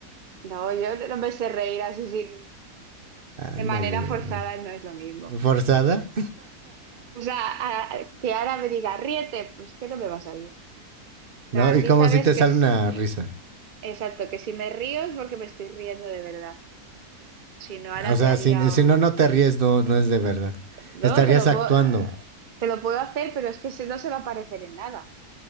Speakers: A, on the right; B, on the right.
A: No, yo no me sé reír así sin, de
B: Ándale.
A: manera forzada, no es lo mismo.
B: ¿Forzada?
A: O sea, a- a- que ahora me diga, ríete, pues que no me va a salir. O
B: ¿No?
A: sea, así
B: ¿Y como
A: sabes
B: si te
A: que
B: sale
A: es
B: una risa?
A: exacto, que si me río es porque me estoy riendo de verdad. Si no, ahora
B: O sea,
A: te haría
B: si, si
A: un...
B: no, no te ríes, no, no es de verdad.
A: No,
B: Estarías
A: te lo
B: actuando.
A: puedo, te lo puedo hacer, pero es que se- no se va a parecer en nada